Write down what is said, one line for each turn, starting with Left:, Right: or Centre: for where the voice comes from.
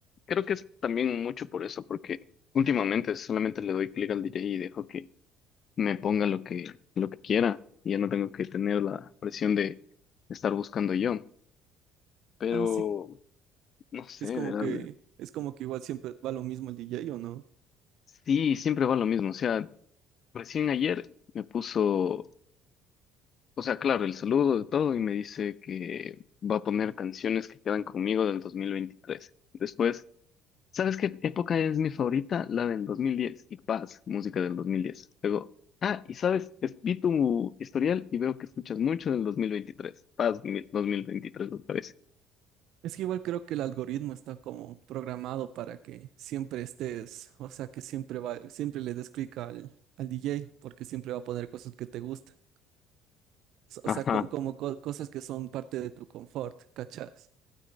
Left: creo que es también mucho por eso, porque últimamente solamente le doy clic al DJ y dejo que me ponga lo que, lo que quiera y ya no tengo que tener la presión de estar buscando yo. Pero
Right: Ah, sí,
Left: no sé,
Right: es como
Left: ¿verdad?
Right: que, es como que igual siempre va lo mismo el DJ, ¿o no?
Left: Sí, siempre va lo mismo. O sea, recién ayer me puso, o sea, claro, el saludo de todo y me dice que va a poner canciones que quedan conmigo del 2023. Después ¿Sabes qué época es mi favorita? La del 2010 y Paz, música del 2010. Luego, ah, y sabes, Es- vi tu historial y veo que escuchas mucho del 2023. Paz mi- 2023, me parece.
Right: Es que igual creo que el algoritmo está como programado para que siempre estés, o sea, que siempre va, siempre le des clic al, al DJ, porque siempre va a poner cosas que te gustan. s-
Left: Ajá,
Right: O sea, co- como co- cosas que son parte de tu confort, ¿cachas?